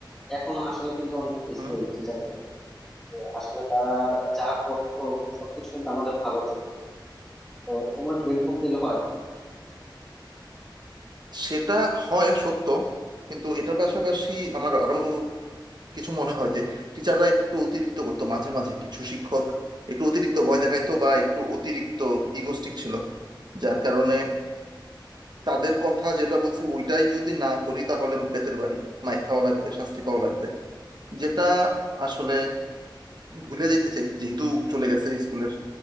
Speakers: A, in the centre; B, on the right.
A: এখন আসলে কিন্তু অনেক মিস
B: হুম
A: করি টিচারদের আসলে তারা যা করতো সবকিছু কিন্তু আমাদের ভালো তো তোমার কি এরকম ফিল হয়
B: সেটা হয় সত্য কিন্তু এটার পাশাপাশি আমার আরো কিছু মনে হয় যে টিচাররা একটু অতিরিক্ত করতো মাঝে মাঝে কিছু শিক্ষক একটু অতিরিক্ত ভয় দেখাইতো বা একটু অতিরিক্ত ইগোস্টিক ছিল যার কারণে তাদের কথা যেটা বলছি ওইটাই যদি না করি তাহলে বেতের বাড়ি মাইর খাওয়া লাগবে শাস্তি পাওয়া লাগবে যেটা আসলে ভুলে যেতে চাই যেহেতু চলে গেছে স্কুলের